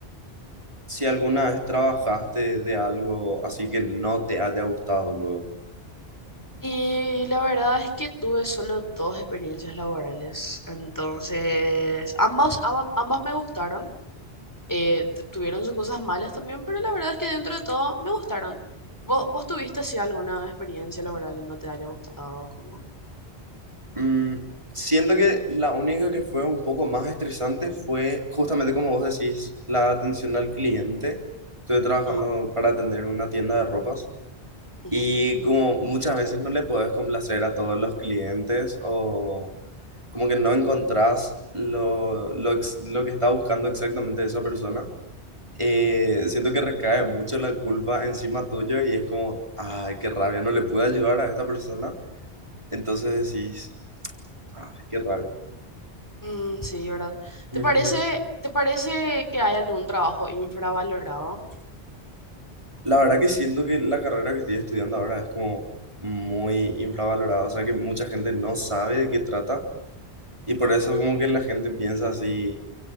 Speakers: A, on the right (about 25°); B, on the left (about 15°).
A: Si alguna vez trabajaste de algo así que no te haya gustado luego.
B: Y la verdad es que tuve solo dos experiencias laborales, entonces ambas, aba- ambas, me gustaron, eh, tu- tuvieron sus cosas malas también, pero la verdad es que dentro de todo me gustaron. ¿Vos, vos tuviste así alguna experiencia laboral que no te haya gustado? ¿Cómo?
A: Mm, siento que la única que fue un poco más estresante fue justamente como vos decís, la atención al cliente. Estuve trabajando
B: Ajá.
A: para atender una tienda de ropas
B: ujú.
A: y como muchas veces no le podés complacer a todos los clientes o como que no encontrás lo, lo, ex- lo que está buscando exactamente esa persona. eh, siento que recae mucho la culpa encima tuyo y es como, ay, qué rabia, no le pude ayudar a esta persona. Entonces decís, ay, qué rabia.
B: Mm, sí, ¿verdad? ¿Te
A: Ujú.
B: parece, te parece que hay algún trabajo infravalorado?
A: La verdad que siento que la carrera que estoy estudiando ahora es como muy infravalorada, o sea que mucha gente no sabe de qué trata y por
B: Ajá.
A: eso como que la gente piensa así,